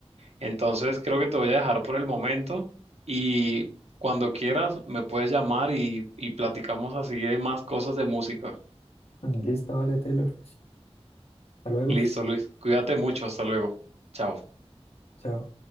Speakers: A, on the right; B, on the left.
A: Entonces creo que te voy a dejar por el momento y cuando quieras me puedes llamar y, y platicamos así de más cosas de música.
B: Listo, vale, Taylor. Hasta luego.
A: Listo, Luis, cuídate mucho, hasta luego. Chao.
B: Chao.